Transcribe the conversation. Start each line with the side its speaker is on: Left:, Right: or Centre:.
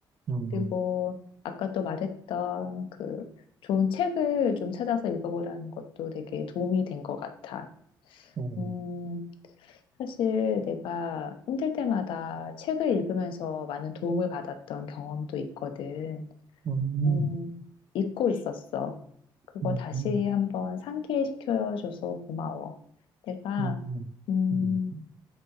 Right: 음,
Left: 그리고 아까 또 말했던 그 좋은 책을 좀 찾아서 읽어보라는 것도 되게 도움이 된 것 같아.
Right: 음,
Left: 음, 사실 내가 힘들 때마다 책을 읽으면서 많은 도움을 받았던 경험도 있거든.
Right: 음,
Left: 음, 잊고 있었어. 그거
Right: 음,
Left: 다시
Right: 음,
Left: 한번 상기시켜줘서 고마워. 내가,
Right: 음,
Left: 음,
Right: 음.